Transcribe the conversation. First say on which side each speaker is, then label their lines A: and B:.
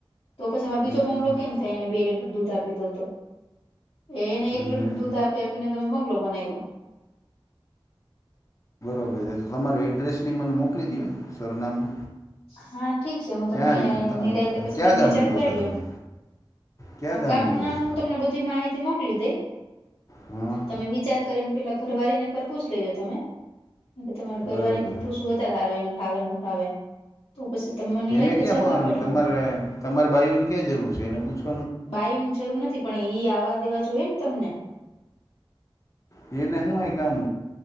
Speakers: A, on the left (about 80°); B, on the left (about 35°).
A: તો પછી મા બીજો
B: હમ
A: બંગલો કેમ થાય એને બે લીટર દૂધ આપી દઉં તો એ એને
B: હમ
A: એક લીટર દૂધ આપી આપીને તમે બંગલો બનાયવો
B: <unintelligible> તમારું એડ્રેસ એ મને મોકલી દયો સરનામું
A: હા ઠીક છે હું તમને
B: ક્યાં રહ્યો તમેં
A: નિરાયતે પછી
B: ક્યાં
A: તમે
B: ગામ
A: વિચાર
B: રહ્યો
A: કરી
B: છો
A: લ્યો
B: તમે ક્યાં ગામ
A: ગામનું
B: રહ્યો
A: નામનું
B: છો
A: હું તમને બધી માહિતી મોકલી દઈ
B: હં
A: તમે વિચાર કરીને પેલા ઘરવારી ને એક વાર પૂછ લેજો તમે તમારી ઘરવારી
B: બરોબર
A: ને પૂછ વધારે હારું એને ફાવે નું ફાવે તો પછી તમને નિરાતે
B: એને ક્યાં
A: જવાબ
B: ફોન
A: આપો એટલે
B: તમારે
A: હું
B: તમારે બાઈઓની ક્યાં જરૂર છે એને પૂછું
A: બાયુ ની જરૂર નથી પણ એઈ આવવા દેવા જો હોય ને તમને
B: એ નય હું કામ